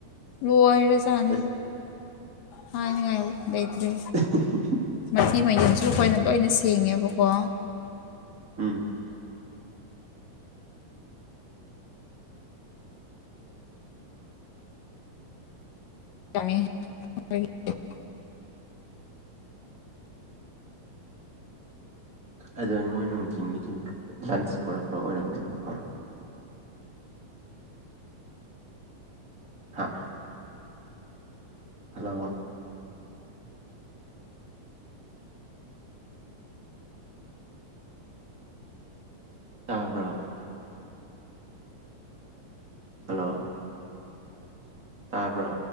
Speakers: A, on the left (about 75°); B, on the right (about 25°).
A: ꯂꯣꯏꯔꯖꯥꯠ
B: ꯑꯁ
A: ꯍꯥꯏꯅꯤꯡꯉꯥꯏꯂꯩꯇ꯭ꯔꯦ
B: <unintelligible>
A: ꯃꯊꯤ ꯃꯌꯨꯡꯁꯨ ꯑꯩꯈꯣꯏꯅ ꯂꯣꯏꯅ ꯁꯦꯡꯉꯦꯕꯀꯣ
B: ꯎꯝ
A: <unintelligible>
B: ꯑꯗꯨ ꯃꯣꯏ ꯅꯨꯡꯊꯤꯟꯒꯤꯗꯤ ꯂꯥꯟꯁ ꯄꯨꯔꯛꯄ ꯑꯣꯏꯔꯝꯒꯅꯤꯀꯣ ꯍꯥꯥ ꯍꯜꯂꯣ ꯇꯥꯕ꯭ꯔꯣ ꯍꯜꯂꯣ ꯇꯥꯕ꯭ꯔꯣ